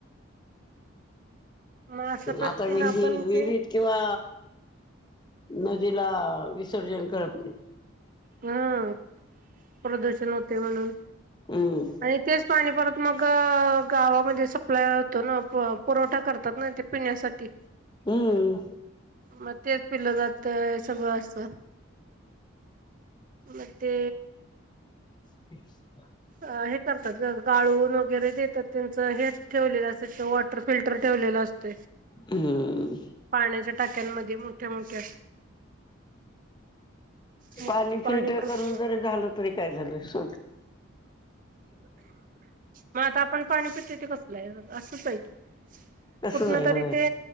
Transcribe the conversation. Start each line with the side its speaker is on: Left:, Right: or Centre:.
Right: मग अशा पद्धतीने
Left: आता विहि
Right: आपण
Left: विहिरीत
Right: ते
Left: किंवा नदीला विसर्जन करत नाही
Right: हम् प्रदूषण होते म्हणून
Left: हम्म
Right: आणि तेच पाणी परत मग गावामध्ये सप्लाय होतो ना पुरवठा करतात ना ते पिण्यासाठी
Left: हम्म.
Right: मग तेच पिलं जात सगळं असत मग ते
Left: <inaudible>
Right: अ हे करतात गाळून वगैरे देतात त्यांचं हे ठेवलेलं असे तर वॉटर फिल्टर ठेवलेलं असत
Left: हम्म
Right: पाण्याच्या टाक्यांमध्ये मोठ्या मोठ्या मग
Left: पाणी फिल्टर
Right: प्रदूषण
Left: करून जरी झालं तरी काय झालं स
Right: मग आता आपण पाणी पितो ते कसलं आहे असंच आहे की
Left: तसच
Right: कुठन
Left: आहे
Right: तरी
Left: होय.
Right: ते